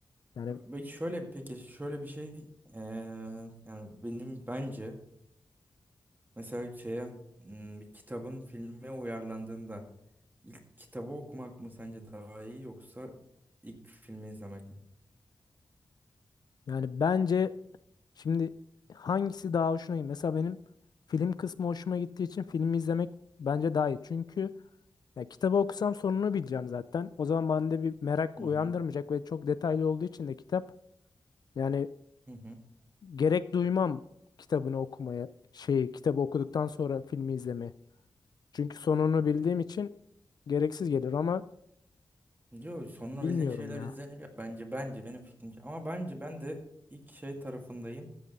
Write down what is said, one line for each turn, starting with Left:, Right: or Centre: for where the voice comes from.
Left: Yani
Right: Peki şöyle peki şöyle bir şey eee, yani benim bence Mesela şeye hmm, bir kitabın filme uyarlandığında ilk kitabı okumak mı sence daha iyi yoksa ilk filmi izlemek mi?
Left: yani bence şimdi hangisi daha hoşuna gidiyor? Mesela benim film kısmı hoşuma gittiği için filmi izlemek bence daha iyi. Çünkü ya kitabı okusam sonunu bileceğim zaten. O zaman bende bir merak
Right: Hı
Left: uyandırmayacak
Right: hı
Left: ve çok detaylı olduğu için de kitap yani
Right: hı hı.
Left: gerek duymam kitabını okumaya şey kitabı okuduktan sonra filmi izlemeye. Çünkü sonunu bildiğim için gereksiz gelir ama
Right: Diyor sonunu
Left: bilmiyorum
Right: bildiğin şeyler
Left: ya.
Right: izleniliyor. Bence bence benim fikrimce. Ama bence ben de ilk şey tarafındayım.